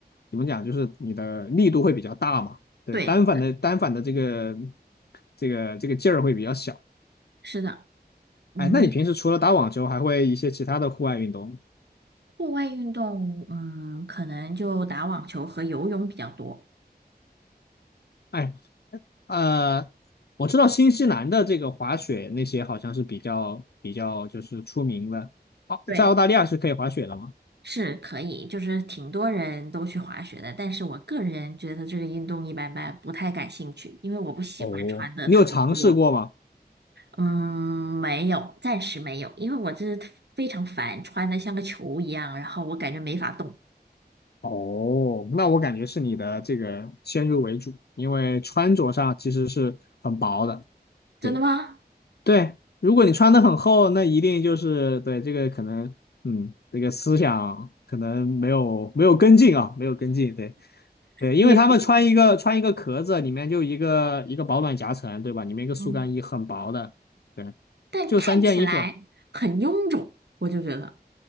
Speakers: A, on the left (about 70°); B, on the right (about 85°).
A: 怎么讲，就是你的力度会比较大嘛。对，
B: 对，
A: 单反的单反的这个这个这个劲儿会比较小。
B: 是的，嗯，
A: 哎，那你平时除了打网球，还会一些其他的户外运动吗？
B: 户外运动，嗯，可能就打网球和游泳比较多。
A: 哎，呃，我知道新西兰的这个滑雪那些好像是比较比较就是出名的。哦，
B: 对，
A: 在澳大利亚是可以滑雪的吗？
B: 是可以，就是挺多人都去滑雪的，但是我个人觉得这个运动一般般，不太感兴趣，因为我不喜欢穿的特别多。
A: 哦你有尝试过吗？
B: 嗯，没有，暂时没有，因为我这非常烦，穿的像个球一样，然后我感觉没法动。
A: 哦，那我感觉是你的这个先入为主，因为穿着上其实是很薄的。
B: 真的吗？
A: 对。对，如果你穿的很厚，那一定就是对这个可能，嗯，这个思想可能没有没有跟进啊，没有跟进，对对，因为他们穿一个穿一个壳子，
B: 你是
A: 里面就一个一个保暖夹层，对吧？里面一个速干衣，
B: 嗯，
A: 很薄的，对，
B: 但看起来很臃肿，
A: 就三件衣服，
B: 我就觉得。